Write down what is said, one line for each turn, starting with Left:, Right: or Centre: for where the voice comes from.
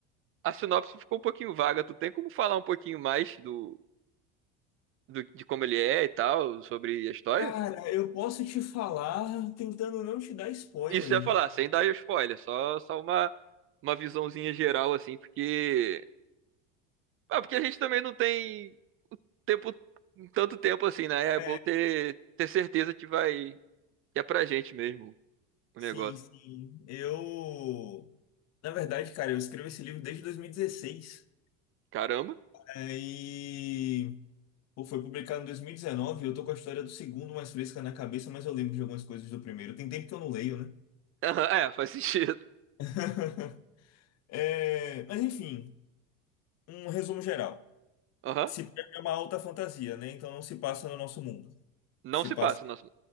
Right: a sinopse ficou um pouquinho vaga. Tu tem como falar um pouquinho mais do do- de como ele é e tal, sobre a história?
Left: Cara, eu posso te falar tentando não te dar spoiler.
Right: Isso eu ia falar, sem dar spoiler, só, só uma, uma visãozinha geral, assim, porque. Ah, porque a gente também não tem tempo, tanto tempo assim, né? É
Left: É,
Right: bom ter, ter certeza que vai. Que é pra gente mesmo o
Left: sim,
Right: negócio.
Left: sim. Eu, na verdade, cara, eu escrevo esse livro desde 2016.
Right: Caramba!
Left: Aí, pô, foi publicado em 2019. Eu tô com a história do segundo mais fresca na cabeça, mas eu lembro de algumas coisas do primeiro. Tem tempo que eu não leio, né?
Right: Aham, é, faz <laughs> sentido.
Left: <laughs> É, mas enfim, um resumo geral.
Right: Aham.
Left: Se pega é uma alta fantasia, né? Então não se passa no nosso mundo.
Right: Não
Left: Se
Right: se
Left: passa,
Right: passa, nosso.